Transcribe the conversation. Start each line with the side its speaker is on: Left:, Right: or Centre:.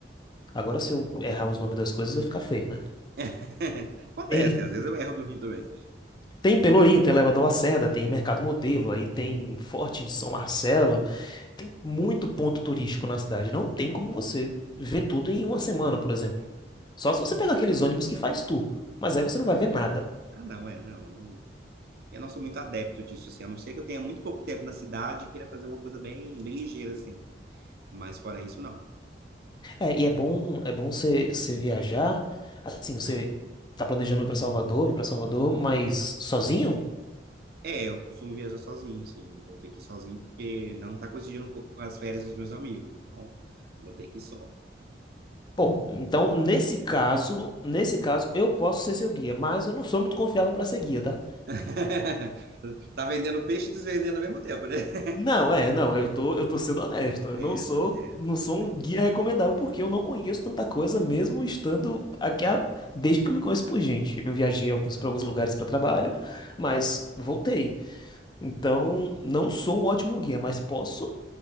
Left: Agora, se eu errar os nomes das coisas, vai ficar feio, né?
Right: <laughs> Acontece,
Left: Tem,
Right: às vezes eu erro do Rio também.
Left: tem Pelourinho, tem Elevador Lacerda, tem Mercado Modelo, aí tem Forte de São Marcelo, tem muito ponto turístico na cidade. Não tem como você ver tudo em uma semana, por exemplo. Só se você pegar aqueles ônibus que faz tour, mas aí você não vai ver nada.
Right: Ah, não, é, não, não. Eu não sou muito adepto disso, assim, a não ser que eu tenha muito pouco tempo na cidade e queira fazer uma coisa bem, bem ligeira, assim. Mas fora isso, não.
Left: É, e é bom, é bom você você viajar. Assim, você tá planejando ir pra Salvador, vir pra Salvador, mas sozinho?
Right: É, eu costumo viajar sozinho, sim. Vou ter que ir sozinho porque não tá coincidindo co- com as férias dos meus amigos. Então, vou ter que ir só.
Left: Bom, então nesse caso, nesse caso eu posso ser seu guia, mas eu não sou muito confiável pra ser guia, tá?
Right: <laughs> Tá vendendo peixe e desvendendo ao mesmo tempo, né? <laughs>
Left: Não, é, não, eu tô, eu tô sendo honesto. Eu
Right: É,
Left: não sou,
Right: tá certo,
Left: não
Right: tá
Left: sou
Right: certo.
Left: um guia recomendável porque eu não conheço tanta coisa mesmo estando aqui há- desde que eu me conheço por gente. Eu viajei alguns para alguns lugares para trabalho, mas voltei. Então, não sou um ótimo guia, mas posso